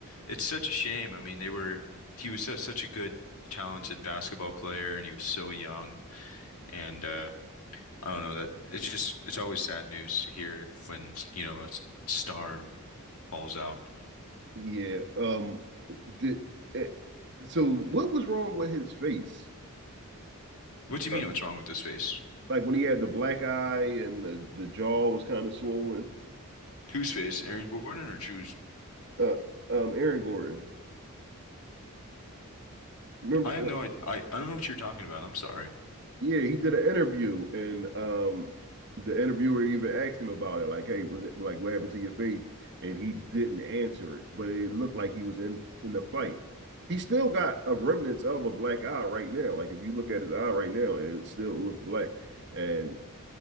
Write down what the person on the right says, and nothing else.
Yeah. Um. Did it, so? What was wrong with his face?
Uh,
like when he had the black eye and the, the jaw was kind of swollen.
Uh. Um. Aaron Gordon. Remember?
uh,
Yeah. He did an interview, and um, the interviewer even asked him about it. Like, hey, was it like what happened to your face? And he didn't answer it, but it looked like he was in in the fight. He still got a remnants of a black eye right now. Like if you look at his eye right now, it still look black and